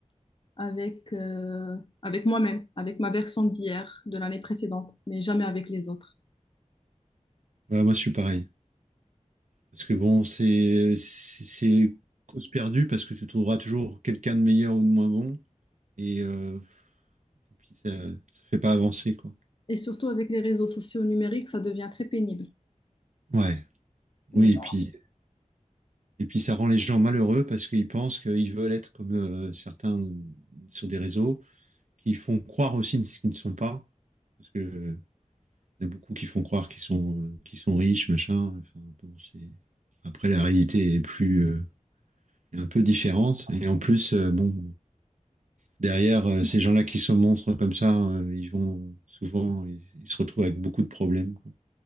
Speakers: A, on the left; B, on the right.
A: avec, euh, avec moi-même, avec ma version d'hier, de l'année précédente, mais jamais avec les autres.
B: Ouais, moi je suis pareil. Parce que bon, c'est c'est c'est cause perdue parce que tu trouveras toujours quelqu'un de meilleur ou de moins bon et, euh, et puis ça ça fait pas avancer quoi.
A: Et surtout avec les réseaux sociaux numériques, ça devient très pénible.
B: Ouais. Oui,
A: Mm.
B: et puis et puis ça rend les gens malheureux parce qu'ils pensent qu'ils veulent être comme euh, certains sur des réseaux qui font croire aussi ce qu'ils ne sont pas parce que Il y en a beaucoup qui font croire qu'ils sont, euh, qu'ils sont riches, machin. Enfin, bon, c'est... Après, la réalité est plus, euh, un peu différente. Et en plus, euh, bon, derrière, euh, ces gens-là qui se montrent comme ça, euh, ils vont souvent, ils, ils se retrouvent avec beaucoup de problèmes quoi,